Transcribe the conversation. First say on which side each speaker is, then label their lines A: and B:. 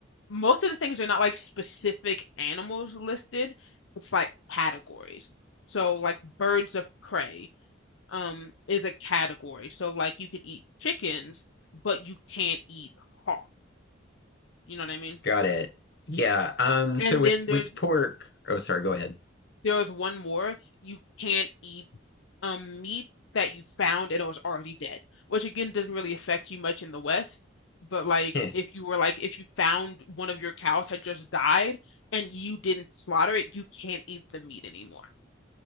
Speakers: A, on the left (about 75°); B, on the left (about 60°).
A: most of the things are not like specific animals listed. It's like categories. So like birds of prey um is a category. So like you can eat chickens, but you can't eat hawk. You know what I mean?
B: <laughs> Got it. Yeah. Um.
A: And
B: So with
A: then there's
B: with pork. Oh, sorry. Go ahead.
A: There was one more. You can't eat um meat that you found and it was already dead, which again doesn't really affect you much in the West. But like
B: <laughs> Heh.
A: if you were like if you found one of your cows had just died and you didn't slaughter it, you can't eat the meat anymore.